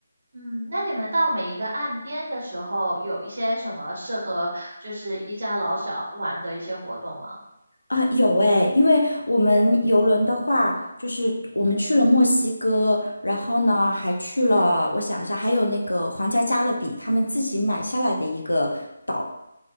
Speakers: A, on the right; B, on the left.
A: 嗯，那你们到每一个岸边的时候，有一些什么适合就是一家老小玩的一些活动吗？
B: 啊，有诶，因为我们游轮的话，就是我们去了墨西哥，然后呢，还去了，我想一下，还有那个皇家加勒比，他们自己买下来的一个岛，